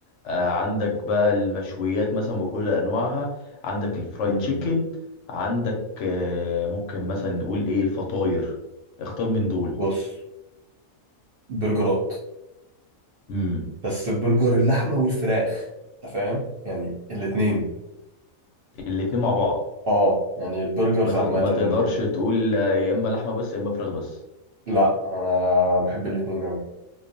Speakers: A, on the left; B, on the right.
A: آه عندك بقى المشويات مثلا بكل انواعها عندك الفرايد
B: مم.
A: تشيكن عندك آه ممكن مثلا نقول ايه الفطاير اختار من دول
B: بص برجرات
A: امم
B: بس البرجر اللحمة والفراخ انت فاهم يعني الاتنين
A: الاتنين مع بعض
B: اه يعني البرجرز
A: ما ت-
B: عامة
A: ما تقدرش
B: يعني
A: تقول آه، يا اما لحمه بس يا اما فراخ بس
B: لا انا بحب الاتنين اوي